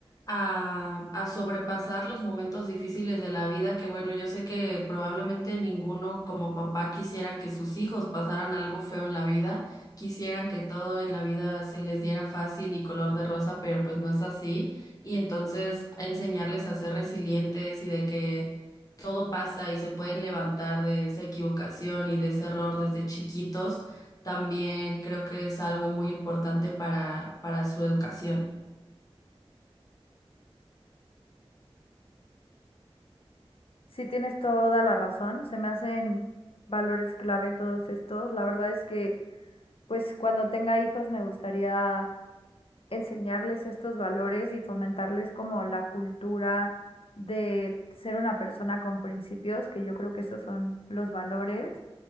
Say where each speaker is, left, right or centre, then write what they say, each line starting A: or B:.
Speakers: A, on the left (about 35°); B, on the left (about 65°).
A: a, a sobrepasar los momentos difíciles de la vida, que bueno, yo sé que probablemente ninguno como papá quisiera que sus hijos pasaran algo feo en la vida, quisieran que todo en la vida se les diera fácil y color de rosa, pero pues no es así. Y entonces enseñarles a ser resilientes y de que todo pasa y se pueden levantar de esa equivocación y de ese error desde chiquitos, también creo que es algo muy importante para, para su educación.
B: Sí tienes toda la razón, se me hacen valores clave todos estos. La verdad es que, pues cuando tenga hijos me gustaría enseñarles estos valores y fomentarles como la cultura de ser una persona con principios, que yo creo que esos son los valores,